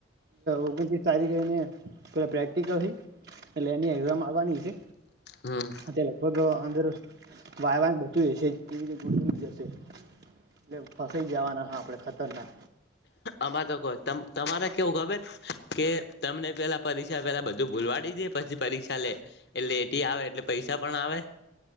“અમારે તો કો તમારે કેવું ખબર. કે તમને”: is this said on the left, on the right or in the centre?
Left